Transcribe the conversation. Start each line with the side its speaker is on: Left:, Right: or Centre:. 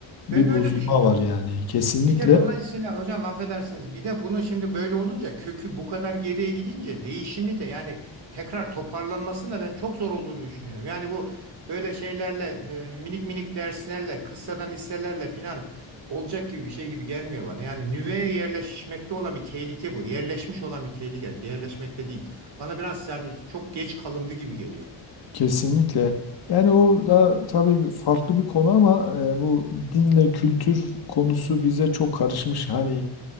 Left: bir
Right: Ben öyle
Left: bozulma
Right: düşünüyorum.
Left: var yani. Kesinlikle
Right: Bir de dolayısıyla hocam affedersiniz bir de bunun şimdi böyle olunca kökü bu kadar geriye gidince değişimi de yani tekrar toparlanmasını da ben çok zor olduğunu düşünüyorum. Yani bu böyle şeylerle e, minik minik derslerle kıssadan hisselerle filan olacak gibi bir şey gibi gelmiyor bana. Yani nüveye yerleşmekte olan bir tehlike bu. Yerleşmiş olan bir tehlike yerleşmekte değil. Bana biraz yani çok geç kalındı gibi geliyor.
Left: kesinlikle. Yani o da tabii bir- farklı bir konu ama e, bu dinle kültür konusu bize çok karışmış. Hani